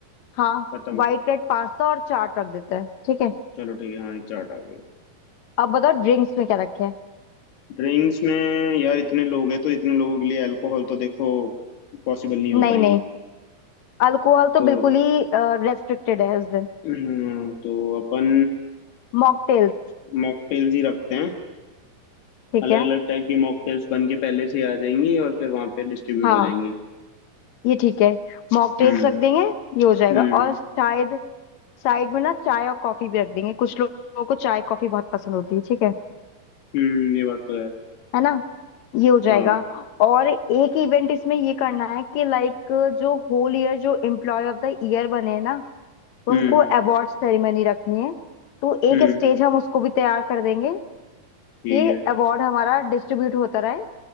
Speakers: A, on the left (about 70°); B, on the left (about 85°).
A: हाँ
B: खत्म
A: वाइट रेड पास्ता और चाट रख देते हैं ठीक है
B: चलो ठीक है हाँ एक चार्ट आ गई
A: अब बताओ ड्रिंक्स में क्या रखे
B: ड्रिंक्स में यार इतने लोग हैं तो इतने लोगों के लिए अल्कोहल तो देखो पॉसिबल नहीं हो
A: नहीं
B: पाएगी
A: नहीं अल्कोहल तो
B: तो
A: बिल्कुल ही रेस्ट्रिक्टेड है उस दिन
B: हम्म, तो अपन
A: मॉकटेल्स
B: मॉकटेल्स ही रखते हैं
A: ठीक
B: अलग
A: है
B: अलग टाइप की मॉकटेल्स बन के पहले से आ जाएंगी और फिर वहां पे डिस्ट्रीब्यूट
A: हाँ
B: हो जाएंगी
A: ये ठीक है मॉकटेल्स
B: हम्म
A: रख देंगे ये हो जाएगा
B: हम्म
A: और शायद साइड में ना चाय और कॉफी भी रख देंगे कुछ लोग- लोगों को चाय कॉफी बहुत पसंद होती है ठीक है
B: हम्म ये बात तो है
A: है ना ये हो जाएगा
B: हाँ
A: और एक इवेंट इसमें ये करना है कि लाइक जो होल ईयर जो एम्प्लॉय ऑफ द ईयर बने ना उनको
B: हम्म
A: अवार्ड सेरेमनी रखनी है तो
B: हम्म
A: एक स्टेज हम उसको भी तैयार कर देंगे
B: ठीक
A: कि
B: है
A: अवार्ड हमारा डिस्ट्रीब्यूट होता रहे